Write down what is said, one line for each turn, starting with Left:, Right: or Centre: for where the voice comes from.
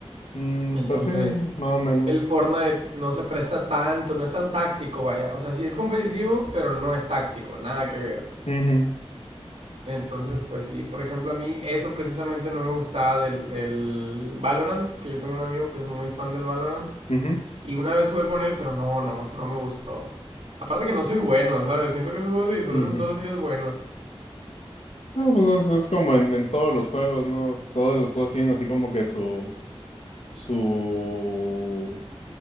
Left: Mm,
Right: Entonces,
Left: pues sí, más o menos.
Right: el Fortnite no se presta tanto, no es tan táctico, vaya. O sea, sí es competitivo, pero no es táctico, nada que ver.
Left: Ujú,
Right: Entonces, pues sí, por ejemplo, a mí eso precisamente no me gustaba del, del Valorant, que yo tengo un amigo que es muy fan del Valorant.
Left: ujú,
Right: Y una vez jugué con él, pero no, no, no me gustó. Aparte que no soy bueno, ¿sabes? Siento que esos juegos se disfrutan
Left: ujú.
Right: solo si eres bueno.
Left: Ah, pues es, es como en, en todos los juegos, ¿no? Todos los juegos tienen así como que su, su,